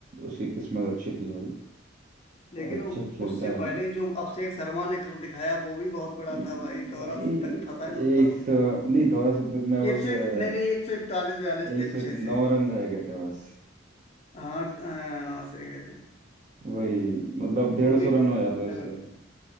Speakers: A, on the right (about 40°); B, on the left (about 30°).
A: उसकी किस्मत अच्छी थी भाई
B: लेकिन
A: और अच्छा
B: वो
A: खेलता
B: उससे
A: है वो
B: पहले जो अभिषेक शर्मा ने कर दिखाया वो भी बहुत बड़ा
A: भाई
B: था भाई दोहरा शतक था शायद उसका
A: एक
B: तो
A: सौ नहीं दो सौ तक में बस
B: एक
A: अ,
B: सौ एक नहीं नहीं एक सौ इकतालीस बयालीस
A: एक
B: थे
A: सौ
B: कुछ ऐसे
A: नौ रन रह गए थे बस
B: हाँ हाँ सही कह रहे
A: वही मतलब डेढ़
B: वो भी
A: सौ रन हो जाते
B: अच्छा
A: उसके
B: कर गया